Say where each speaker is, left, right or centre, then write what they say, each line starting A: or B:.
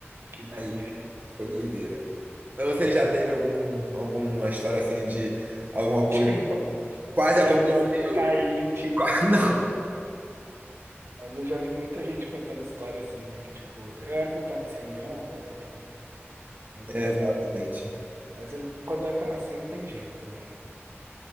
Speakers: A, on the right; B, on the right.
A: que doideira.
B: Aí, foi doideira. Mas você já teve algum, alguma história assim de alguma
A: <laughs>
B: coisa que
A: Não,
B: quase
A: De
B: aconteceu?
A: avião que ia cair, tipo,
B: E quase...
A: não,
B: <laughs> Não.
A: cara. Mas eu já vi muita gente contando história assim, né? Que, tipo, eu era pra eu estar nesse avião, eu era pra eu estar. um, Mas
B: É,
A: é.
B: exatamente.
A: Às vezes, quando é pra ser, não tem jeito também, né?